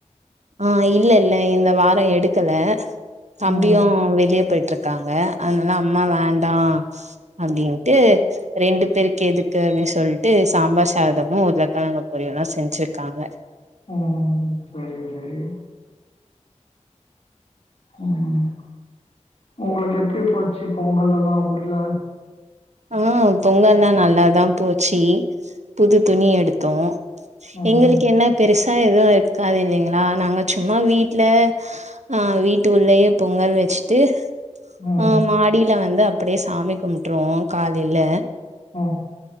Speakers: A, on the right; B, on the left.
A: ஆ இல்ல இல்ல இந்த வாரோ எடுக்கலா தம்பியு
B: ம்.
A: வெளியே போயிட் டிருக்காங்க அதுனால அம்மா வேண்டா அப்டின்ட்டு ரெண்டு பேருக்கெதுக்கு அப்டின் சொல்ட்டு சாம்பார் சாதமு உர்ளக்கெழங்க பொரியல்லா செஞ்சிருக்காங்க
B: ம் செரி செரி ம் உங்குளுக்கு எப்டி போச்சு பொங்கல் எல்லா ஊர்ல
A: ஆ பொங்கல்லா நல்லாதா போச்சி புது துணி எடுத்தோ
B: ம்.
A: எங்கெளுக் கென்னா பெருஸ் தா எதுவு இருக்காது இல்லிங்ளா நாங்க சும்மா வீட்ல அ வீட்டு உள்ளயே பொங்கல் வச்சுட்டு
B: ம்.
A: ஆ மாடில வந்து அ ப்படியே சாமி கும்ட்டுருவோ காலில
B: ஆ